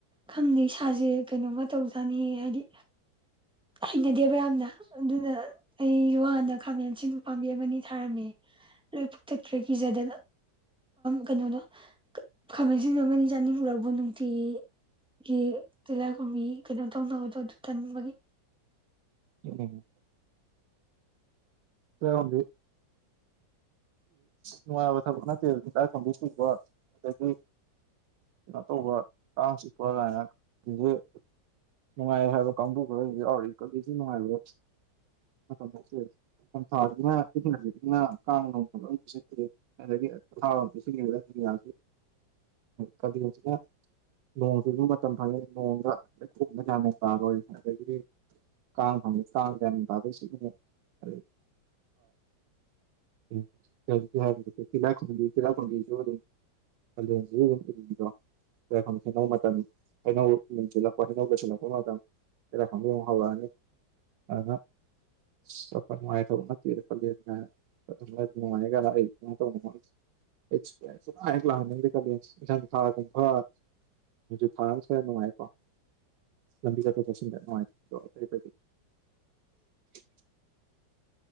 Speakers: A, in the centre; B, on the right (about 75°).
A: ꯈꯪꯗꯦ ꯏꯁꯥꯁꯦ ꯀꯩꯅꯣꯝꯃ ꯇꯧꯖꯥꯅꯤ ꯍꯥꯏꯗꯤ ꯍꯩꯅꯗꯦꯕ ꯌꯥꯝꯅ ꯑꯗꯨꯅ ꯑꯩꯁꯨꯣ ꯍꯥꯟꯅ ꯈꯥꯃꯦꯟ ꯑꯁꯤꯟꯕꯨ ꯄꯥꯝꯕꯤ ꯑꯃꯅꯤ ꯊꯥꯔꯝꯃꯤ ꯂꯣꯏ ꯄꯨꯛꯆꯠꯈ꯭ꯔꯦ ꯀꯤꯖꯗꯅ ꯀꯩꯅꯣꯗꯣ ꯈꯥꯃꯦꯟꯁꯤꯡꯗꯨꯣ ꯑꯃꯅꯤ ꯆꯥꯅꯤꯡꯕꯔꯧꯕ ꯅꯨꯡꯇꯤꯒꯤ ꯇꯤꯜꯍꯥꯈꯣꯕꯤ ꯀꯩꯅꯣ ꯇꯧꯅꯕꯗꯣ ꯑꯗꯨ ꯇꯟꯕꯒꯤ
B: ꯎꯝ ꯁꯦꯝꯕꯤ ꯅꯨꯡꯉꯥꯏꯕ ꯊꯕꯛ ꯅꯠꯇꯦ ꯑꯗꯨꯀꯥꯏ ꯐꯣꯝꯕꯤ ꯁꯨꯕ ꯑꯗꯒꯤ ꯀꯩꯅꯣ ꯇꯧꯕ ꯀꯥꯡ ꯆꯤꯛꯄ ꯑꯗꯨꯏꯗꯤ ꯍꯧꯁꯦ ꯅꯨꯡꯉꯥꯏ ꯍꯥꯏꯕ ꯀꯥꯡꯕꯨꯒ ꯌꯥꯎꯔꯤꯏ ꯀꯖꯤꯒꯤ ꯅꯨꯡꯉꯥꯏꯕ ꯃꯇꯝꯦ ꯅꯤꯡꯊꯊꯥꯅ ꯏꯅ ꯀꯥꯡꯅꯨꯡ ꯦ ꯑꯗꯒꯤ ꯄꯊꯥꯕꯣꯝ ꯁꯤꯖꯤꯗ꯭ꯔꯥ ꯑꯗꯨꯌꯥ ꯀꯗꯤꯁꯤꯅ ꯅꯣꯡꯁꯨ ꯑꯗꯨꯝ ꯃꯇꯝ ꯐꯪꯉꯦ ꯅꯣꯡꯗ ꯊꯣꯡꯗ ꯌꯥꯝꯦꯟ ꯇꯥꯔꯣꯏ ꯑꯗꯒꯤ ꯀꯥꯡ ꯐꯪꯉꯤ ꯀꯥꯡꯗ ꯌꯥꯝ ꯃꯦꯟ ꯇꯥꯗꯣꯏ ꯁꯤꯖꯤꯉ ꯑꯗꯒꯤ <inaudible> <inaudible>